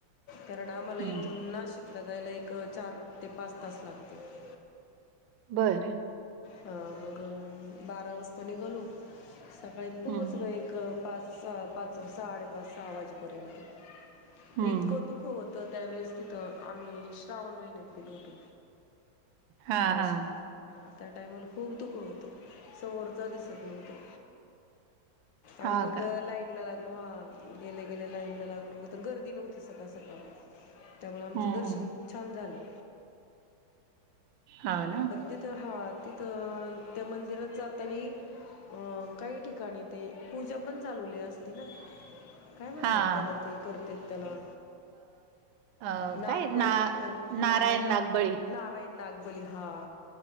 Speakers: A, on the left; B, on the right.
A: कारण आम्हाला इथून
B: हम्म
A: नाशिकला जायला एक, चार ते पाच तास लागतात.
B: बरं.
A: ह मग बारा वाजता निघालो सकाळी पोहोचलो
B: हम्म
A: एक, पाच, सहा पाच, साडेपाच, सहा वाजेपर्यंत तर
B: हम्म
A: इतकं धुख होत तर त्यावेळेस तिथं आम्ही श्रावण महिन्यात गेलो होतो.
B: हा
A: नाशिकला,
B: हा
A: हा. त्या टायमाला खूप धुक होतं समोरच दिसत नव्हतं.
B: हा
A: आणि मग
B: का
A: लाईन लाईनला लागलो हा गेल्या, गेल्या लाईन लागलो तर गर्दी नव्हती सकाळ, सकाळ त्यामुळ आमचं
B: हम्म
A: दर्शन
B: हम्म
A: छान झालं
B: हा ना
A: तरी तेच हा तिथं त्या मंदिरात जातानी अं काही ठिकाणी ते पूजा पण चालुवली असती ना काय म्हणतात
B: हा
A: त्याला ते करतेत त्याला
B: अ
A: नागबळी
B: काय ना
A: अ
B: नारायण
A: नागब
B: नागबळी
A: नारायण नाग बळी हा